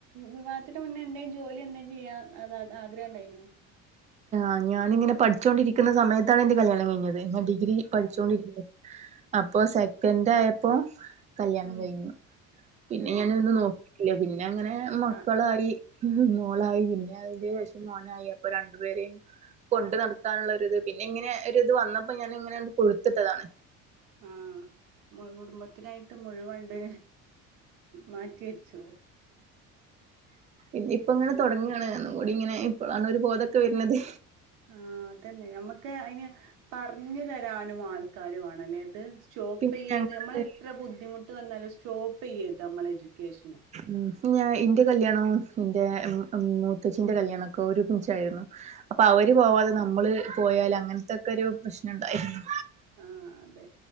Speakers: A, on the right (about 70°); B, on the right (about 25°).
A: വിവാഹത്തിന് മുന്നേ എന്തേ ജോലി എന്താ ചെയ്യാ. അത ആഗ്രണ്ടായിന്നോ.
B: ആഞാനിങ്ങനെ പഠിച്ചോണ്ടിരിക്കുന്ന സമയത്താണ് എന്റെ കല്യാണം കഴിഞ്ഞത്. ഡിഗ്രി പഠിച്ചൊണ്ടിരിക്കുമ്പം
A: ആഹ്
B: അപ്പൊ സെക്കന്റായപ്പം. കല്ല്യാണം
A: ഉം
B: കഴിഞ്ഞു പിന്നെ
A: ഉം
B: ഞാനൊന്ന് നോക്കിട്ടില്ല പിന്നെ അങ്ങനെ മക്കളായി.
A: ആഹ്
B: പിന്നെ മോളായി പിന്നെയിന്റെഷം മോനായി അപ്പൊ രണ്ടുപേരേം കൊണ്ടു നടത്താനുള്ളത് പിന്നങ്ങനെ ഒര്ത് വന്നപ്പോ ഞാനിങ്ങനെ കൊടുത്തിട്ടതാണ്.
A: ആഹ്‌ കുടുംബത്തിനായിട്ട് മുഴുവണ്ട്. മാറ്റിവെച്ചു
B: ഇനിപ്പങ്ങനെ
A: ആഹ്
B: തുടങ്ങാണ്. കൂടിങ്ങനെ ഇപളാണ് ഒരു ബോധൊക്കെ വരുന്നത്.
A: ആ ഹ്‌ അതന്നെ ഞമ്മക്ക് അയിന് പറ ഞ്ഞ്തരാനും മാൾക്കാര് വണല്ലേത് സ്റ്റോപ്പെയരുത്
B: പിന്നെ ഞങ്ങള്
A: മ്മള് എത്ര ബുദ്ധിമുട്ട് വന്നാലും സ്റ്റോപെയരുത് മ്മളെ എഡ്യൂക്കേഷന്.
B: ഉംഹ് ഞാ ഇന്റെ കല്യാണം എന്റെ മൂത്തച്ചിന്റെ കല്യാണൊക്കൊ ഒരുമിച്ചായിരുന്നു. അപ്പൊ അവര്
A: ആഹ്
B: പോവാതെ നമ്മള് പോയാല് അങ്ങനത്തൊക്കെ ഒരു പ്രശ്നണ്ടായിരുന്നു.
A: ആഹ്‌ അതെ